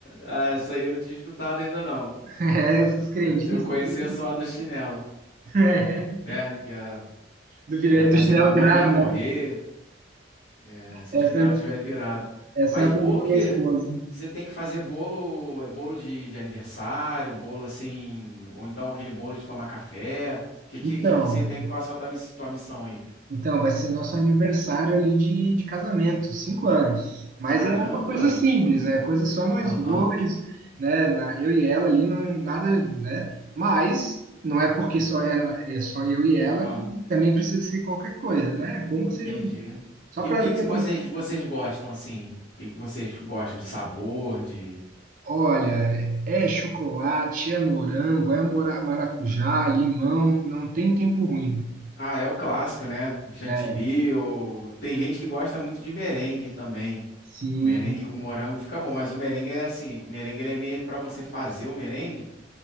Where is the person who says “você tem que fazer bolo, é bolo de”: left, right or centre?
Left